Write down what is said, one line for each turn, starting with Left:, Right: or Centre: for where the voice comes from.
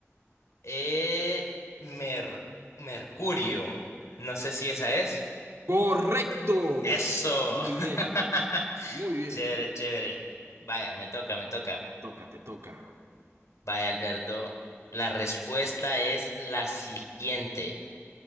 Left: eh, Mer- Mercurio. No sé si esa es.
Right: Correcto.
Left: Eso.
Right: Muy bien,
Left: <laughs>
Right: muy bien.
Left: Chévere, chévere. Vaya, me toca, me toca.
Right: Toca, te toca.
Left: Vaya, Alberto. La respuesta es la siguiente.